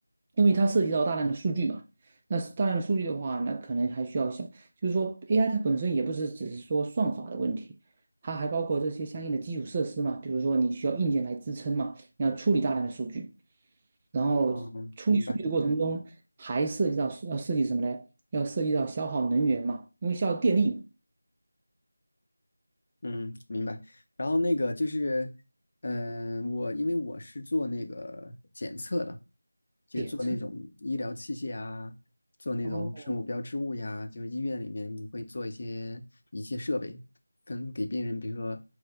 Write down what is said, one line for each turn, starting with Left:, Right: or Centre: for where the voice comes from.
Right: 因为它涉及到大量的数据嘛。那是大量的数据的话，那可能还需要想，就是说 AI 它本身也不是只是说算法的问题，它还包括这些相应的基础设施嘛，比如说你需要硬件来支撑嘛，你要处理大量的数据，然后处理数据的过程中还涉及到要涉及什么呢？
Left: 嗯，明白，
Right: 要涉及到消耗能源嘛，因为消耗电力嘛，
Left: 嗯明白。然后那个就是，嗯、我因为我是做那个检测的。就做那种医疗器械啊，
Right: 电车。
Left: 做那种生物标志物呀，
Right: 哦，
Left: 就是医院里面你会做一些仪器设备，跟给病人，比如说